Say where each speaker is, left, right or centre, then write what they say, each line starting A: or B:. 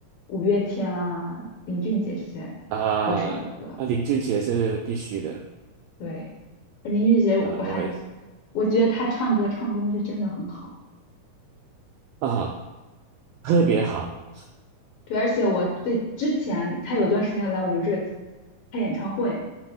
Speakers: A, on the left (about 65°); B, on the right (about 85°).
A: 五月天啊、林俊杰这些歌手的歌。
B: 啊，啊，林俊杰是必须的
A: 对，林俊杰我还
B: 啊，我也是
A: 我觉得他唱歌唱功是真的很好。
B: 啊，特别好，
A: 对。对，而且我最之前他有一段时间来我们这儿开演唱会，